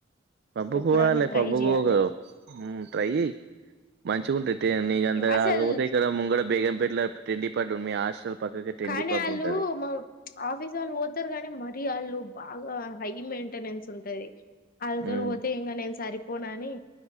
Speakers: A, on the right; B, on the left.
A: పబ్బుకుపోవాలే
B: ఎప్పుడన్నా ట్రై
A: పబ్బుకోకు
B: చేయాలె
A: మ్మ్ ట్రై చేయ్ మంచిగుంటది టే నీకంత
B: అసల్
A: కాకపోతే ఇక్కడ ముంగడ బేగంపేట్ల తిండి పట్ ఉన్నాయ్ హాస్టల్ పక్కకే టెండి
B: కానీ
A: పబ్
B: ఆళ్ళు
A: ఉంటది
B: మా ఆఫీస్ ఆళ్ళు పోతారు కానీ మరీ ఆళ్ళు బాగా హై మెయింటెనెన్స్ ఉంటది అల్లతోనా
A: మ్
B: పోతే ఇంకా నేను సరిపోనాని